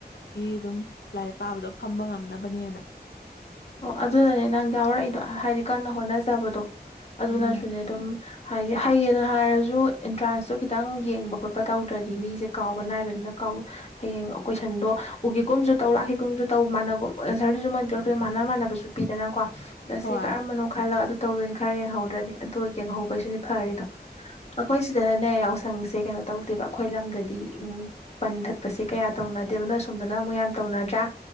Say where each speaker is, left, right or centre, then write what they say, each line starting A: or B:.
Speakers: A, on the left (about 75°); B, on the left (about 40°).
A: ꯒꯤ ꯑꯗꯨꯝ ꯂꯥꯏꯔꯤꯛ ꯄꯥꯕꯗꯣ ꯐꯝꯕ ꯉꯝꯅꯕꯅꯦꯅ
B: ꯑꯣ ꯑꯗꯨꯅꯅꯦ ꯅꯪ ꯌꯥꯎꯔꯛꯏꯗꯣ ꯍꯥꯏꯗꯤ ꯀꯟꯅ ꯍꯣꯠꯅꯖꯕꯗꯣ ꯑꯗꯨꯅꯁꯨꯅꯦ
A: ꯎꯝ
B: ꯑꯗꯨꯝ ꯍꯥꯏꯗꯤ ꯍꯩꯌꯦꯅ ꯍꯥꯏꯔꯁꯨ ꯑꯦꯟꯇ꯭ꯔꯥꯟꯁꯇꯣ ꯈꯤꯇꯪ ꯌꯦꯡꯕ ꯈꯣꯠꯄ ꯇꯧꯗ꯭ꯔꯗꯤ ꯃꯤꯁꯦ ꯀꯥꯎꯕ ꯅꯥꯏꯕꯅꯤꯅ ꯀꯥꯎ ꯍꯌꯦꯡ ꯀꯣꯏꯁꯟꯗꯣ ꯎꯒꯤꯒꯨꯝꯁꯨ ꯇꯧ ꯂꯥꯛꯈꯤꯒꯨꯝꯁꯨ ꯇꯧ ꯃꯥꯅꯒꯨꯝ ꯑꯦꯟꯁꯔꯗꯨꯁꯨ ꯃꯣꯏ ꯄꯤꯔꯛꯇꯣꯏꯗꯣ ꯃꯥꯅꯥ ꯃꯥꯅꯥꯕꯁꯨ ꯄꯤꯗꯅꯀꯣ ꯑꯂꯤ
A: ꯍꯣꯏ
B: ꯀꯔꯝꯕꯅꯣ ꯈꯜꯂꯒ ꯇꯧꯗꯣꯏꯅꯤ ꯈꯔ ꯌꯦꯡꯍꯧꯗ꯭ꯔꯗꯤ ꯑꯗꯨ ꯌꯦꯡꯍꯧꯕꯩꯁꯨꯅꯤ ꯐꯔꯤꯗꯣ ꯑꯩꯈꯣꯏ ꯁꯤꯗꯅꯅꯦ ꯌꯥꯎꯁꯪꯁꯦ ꯀꯩꯅꯣ ꯇꯧꯗꯦꯕ ꯑꯩꯈꯣꯏ ꯂꯝꯗꯗꯤ ꯎꯝ ꯕꯟ ꯊꯠꯄꯁꯦ ꯀꯌꯥ ꯇꯧꯅꯗꯦꯕ ꯅꯣꯁ ꯑꯁꯣꯝꯗꯅ ꯑꯃꯨꯛ ꯌꯥꯝ ꯇꯧꯅꯗ꯭ꯔꯥ